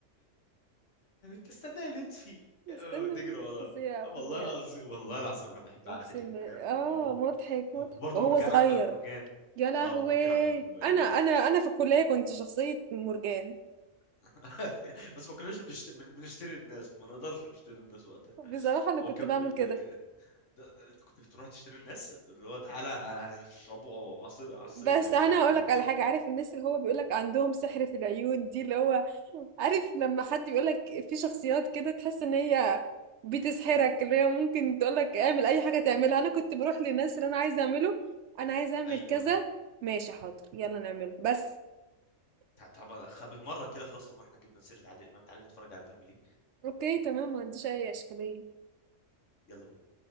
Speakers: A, on the left; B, on the right.
A: تستنى يا لطفي
B: استنى
A: آه، بتجري
B: مين؟
A: وراه
B: فظيع
A: آه،
B: فظيع
A: والله العظيم والله العظيم أنا بحب
B: اقسم
A: عادل
B: بالله
A: إمام
B: اه
A: لأنه هو
B: مضحك مضحك
A: وبرضه
B: وهو
A: مرجان
B: صغير
A: أحمد مرجان
B: يا لهوي
A: آه مرجان أحمد مرجان
B: انا انا انا في الكليه كنت شخصيه مرجان
A: <laughs> بس ما كناش بنشت- بن- بنشتري الناس ما نقدرش نشتري الناس وقتها
B: بصراحه انا
A: هو
B: كنت
A: كان
B: بعمل
A: بي- ده
B: كده
A: ك... ده ده انت كنت بتروح تشتري الناس اللي هو تعالى آه، هنشربوا عصير عصير
B: بس
A: آه،
B: انا
A: شاي باليانسون
B: اقول لك على حاجه عارف الناس اللي هو بيقول لك عندهم سحر في العيون دي اللي هو عارف لما حد بيقولك في شخصيات كده تحس ان هي بتسحرك اللي هي ممكن تقولك اعمل اي حاجة تعملها انا كنت بروح للناس اللي انا عايزة اعمله انا عايزة اعمل
A: ايوه
B: كذا ماشي حاضر يلا نعمله بس
A: تع- طبعا خ- بالمره كده خلاص طب ما احنا جبنا سيره عادل امام تعالى نتفرج على فيلم ليه
B: اوكي تمام ما عنديش اي اشكالية
A: يلا بينا